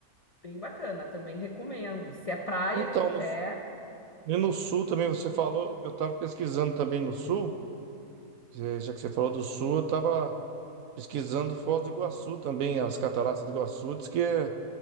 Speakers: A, on the left; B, on the right.
A: bem bacana, também recomendo. Se é praia
B: Então,
A: que tu quer
B: no, e no sul também você falou, eu estava pesquisando também no sul, já já que você falou do sul, eu estava pesquisando Foz do Iguaçu também, as cataratas do Iguaçu, diz que é,